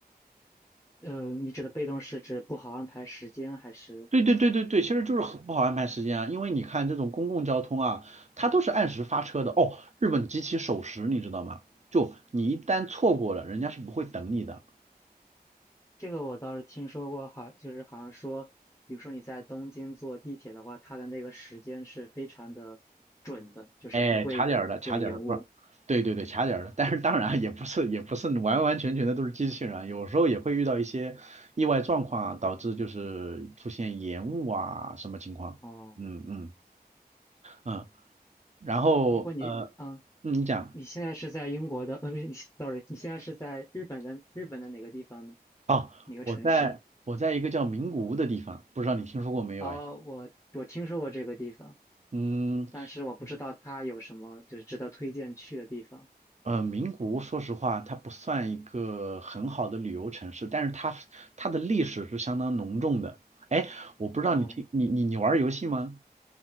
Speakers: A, on the left; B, on the right.
A: 呃，你指的被动是指不好安排时间，还是
B: 对对对对对，其实就是很不好安排时间啊，因为你看这种公共交通啊，它都是按时发车的哦。日本极其守时，你知道吗？就你一旦错过了，人家是不会等你的。
A: 这个我倒是听说过，好，就是好像说，比如说你在东京坐地铁的话，它的那个时间是非常的准的，就是不会有延误。
B: 哎，卡点儿的，卡点儿的，不是，对对对，卡点儿的。但是当然啊也不是也不是完完全全的都是机器人啊，有时候也会遇到一些意外状况啊，导致就是出现延误啊什么情况。
A: 哦，
B: 嗯嗯嗯，然后呃，
A: 如果你，嗯。
B: 嗯，你讲。
A: 你现在是在英国的，呃，不是 s o r r y 你现在是在日本的日本的哪个地方呢？
B: 哦，
A: 哪个城市？
B: 我在我在一个叫名古屋的地方，不知道你听说过没有？
A: 哦，
B: 哎，
A: 我我听说过这个地方，
B: 嗯，
A: 但是我不知道它有什么就是值得推荐去的地方。
B: 呃，名古屋说实话，它不算一个很好的旅游城市，但是它它的历史是相当浓重的。哎，我不知道你听你你你玩儿游戏吗？
A: 哦，